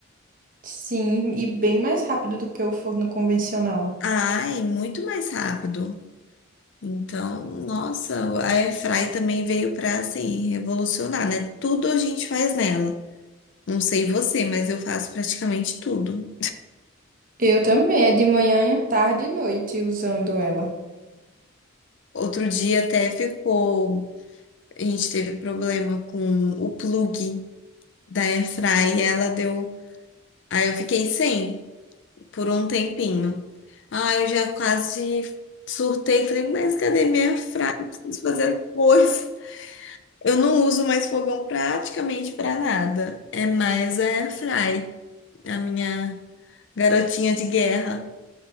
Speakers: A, on the right; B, on the left.
A: Sim, e bem mais rápido do que o forno convencional.
B: Ai, muito mais rápido. Então, nossa, a airfry também veio para assim revolucionar, né? Tudo a gente faz nela. Não sei você, mas eu faço praticamente tudo.
A: Eu também, é de manhã, tarde e noite usando ela.
B: Outro dia até ficou, a gente teve problema com o plug da Airfry, ela deu. Aí eu fiquei sem por um tempinho. Ah, eu já quase surtei, falei, mas cadê minha Airfry? Eu Preciso fazer as coisas. Eu não uso mais fogão praticamente para nada. É mais a Airfry, a minha garotinha de guerra.